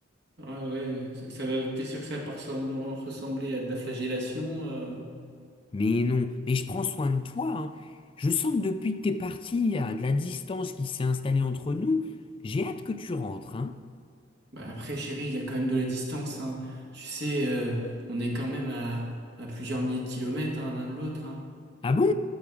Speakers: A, on the right; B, on the left.
A: Ah ouais, ça, ça va, t'es sûr que ça va pas ressembler ressembler à de la flagellation euh
B: Mais non, mais je prends soin de toi, hein. Je sens que depuis que t'es parti, il y a de la distance qui s'est installée entre nous. J'ai hâte que tu rentres, hein.
A: Bah après, chérie, il y a quand même de la distance, hein. Tu sais, euh, on est quand même à, à plusieurs milliers de kilomètres, hein, l'un de l'autre, hein.
B: Ah bon?